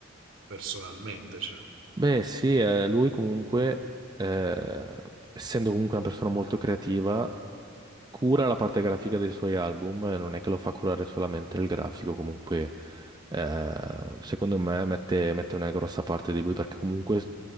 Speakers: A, on the right (about 75°); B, on the right (about 20°).
A: personalmente, cioè. in qualche
B: Beh, sì, eh, lui comunque, eh, essendo comunque una persona molto creativa, cura la parte grafica dei suoi album, eh, non è che lo fa curare solamente il grafico, comunque eh, secondo me mette, mette una grossa parte di lui perché comunque